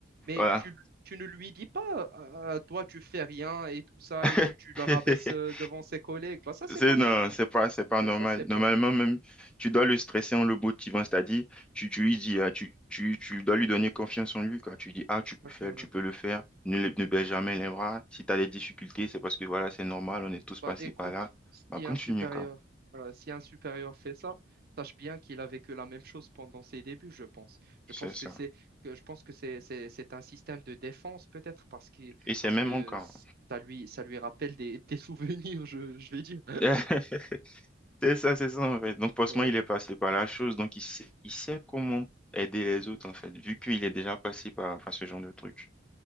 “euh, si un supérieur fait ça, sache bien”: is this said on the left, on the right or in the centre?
Right